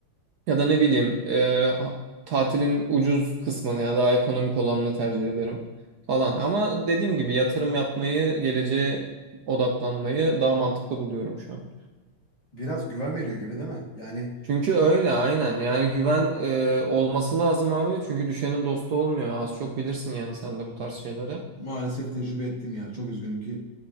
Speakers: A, on the right; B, on the left.
A: Ya da ne bileyim e, ha- tatilin ucuz kısmını ya daha ekonomik olanını tercih ederim falan. Ama dediğim gibi yatırım yapmayı, geleceğe odaklanmayı daha mantıklı buluyorum şu an.
B: Biraz güven veriyor gibi değil mi? Yani
A: Çünkü öyle aynen. Yani güven e, olması lazım abi. Çünkü düşenin dostu olmuyor. Az çok bilirsin yani sen de bu tarz şeyleri.
B: maalesef tecrübe ettim ya. Çok üzgünüm ki.